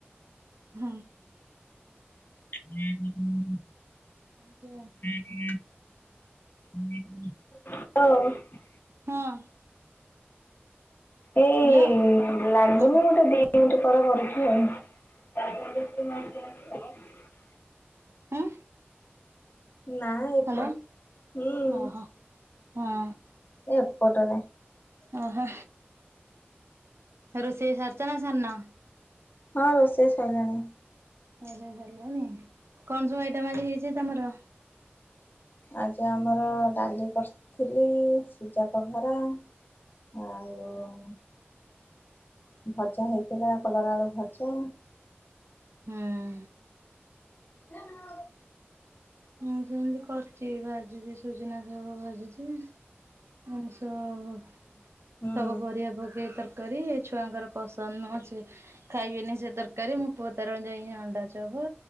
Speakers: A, on the right; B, on the left.
A: ହଁ।
B: <unintelligible>
A: ଯା
B: <unintelligible>
A: ହଁ।
B: ଏଇ
A: ହ୍ୟାଲୋ
B: ଇଲାଗୁନି,
A: ହଁ
B: ଗୋଟେ ଦିି ମିନଟି ପରେ କରୁଛି ଆଉ। <unintelligible>
A: ହଁ
B: ନା ଏପଟ
A: ହ୍ୟାଲୋ
B: ହୁଁ
A: ଓହୋ, ହଁ।
B: ଏପଟରେ
A: ଓହୋ, ରୋଷେଇ ସାରିଚ ନା, ସାରିନ?
B: ହଁ, ରୋଷେଇ ସଇଲାଣି।
A: ରୋଷେଇ ସରିଲାଣି? କଣ ସବୁ ଆଇଟମ ଆଜି ହେଇଛି ତମର?
B: ଆଜି ଆମର ଡାଲି କରିଥିଲି, ସିଝାପଘରା। ଆଉ ଉ ଭଜା ହେଇଥିଲା, କଲରା ଆଳୁ ଭଜା।
A: ହୁଁ
B: <unintelligible>
A: ମୁଁ ସେମତି କରିଚି, ଭାଜିଛି ସୁଜୁନା ଶାଗ, ଭାଜିଛି। ମଣିଷ ଅ ଅ,
B: ହୁଁ
A: ସବୁ ପରିବା ପକେଇ ତର କରି ଛୁଆଙ୍କର ପସନ୍ଦ ନୁହଁ ସେ ଖାଇବେନି ସେ ତରକାରୀ। ମୁଁ ପୁଅ ତାର ଯାଇକି ଅଣ୍ଡାଚବ,